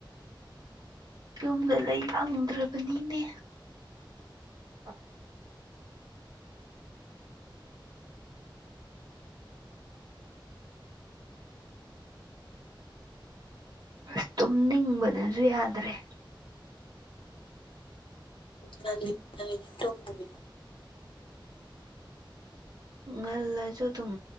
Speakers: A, on the right; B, on the left.
A: ꯌꯨꯝꯗ ꯂꯩ ꯐꯪꯗ꯭ꯔꯕꯅꯤꯅꯦ ꯑ ꯑꯁ ꯇꯨꯝꯅꯤꯡꯕꯗꯅꯁꯨ ꯌꯥꯗ꯭ꯔꯦ
B: ꯉꯜꯂꯤ ꯉꯜꯂꯤ ꯇꯨꯝꯃꯨꯒꯤꯅꯨ
A: ꯉꯜꯂꯁꯨ ꯑꯗꯨꯝ